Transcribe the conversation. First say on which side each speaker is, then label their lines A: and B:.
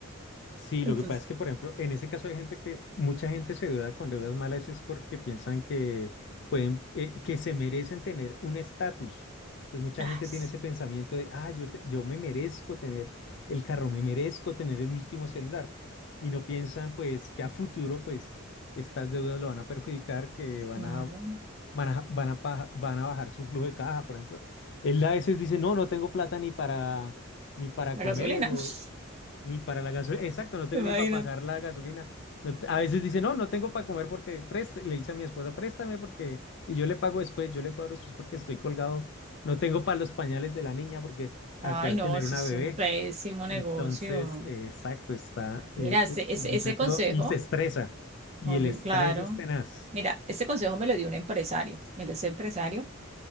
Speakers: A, on the left (about 55°); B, on the right (about 30°).
A: Sí,
B: <laughs> entonces,
A: lo que pasa es que, por ejemplo, en ese caso hay gente que, mucha gente se deuda con deudas malas es porque piensan que pueden, eh, que se merecen tener un estatus. Entonces, mucha
B: ay,
A: gente
B: sí,
A: tiene ese pensamiento de, ah, yo, te- yo me merezco tener el carro, me merezco tener el último celular. Y no piensan, pues, que a futuro, pues, estas deudas lo van a perjudicar, que van
B: claro,
A: a, van a, van a, paja- van a bajar su flujo de caja, por ejemplo. Él a veces dice, no, no tengo plata ni para, ni para
B: la
A: comer
B: gasolina, <laughs>
A: ni para la gasolina. Exacto, no tengo
B: imagínate.
A: ni para pagar la gasolina. No te- a veces dice, no, no tengo para comer porque preste- le dice a mi esposa, préstame porque, y yo le pago después, yo le cuadro después porque estoy colgado. No tengo para los pañales de la niña porque acabo
B: Ay,
A: de
B: no,
A: tener
B: eso
A: una
B: es
A: bebé.
B: un pésimo negocio.
A: Entonces, eh, exacto, está eh,
B: Mira, ese,
A: el
B: ese,
A: muchacho
B: ese consejo,
A: y se estresa. Y
B: horri-
A: el estrés
B: claro.
A: es tenaz.
B: Mira, ese consejo me lo dio un empresario. Él es empresario